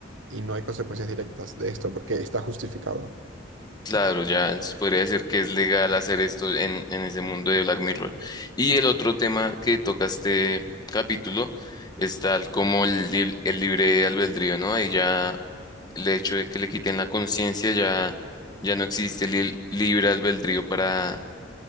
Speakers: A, on the right (about 80°); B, on the left (about 20°).
A: y no hay consecuencias directas de esto porque está justificado.
B: Claro, ya se podría decir que es legal hacer esto en, en ese mundo de Black Mirror. Y el otro tema que toca este capítulo es tal como el, lib- el libre albedrío, ¿no? Ahí ya el hecho de que le quiten la conciencia ya, ya no existe el li- libre albedrío para,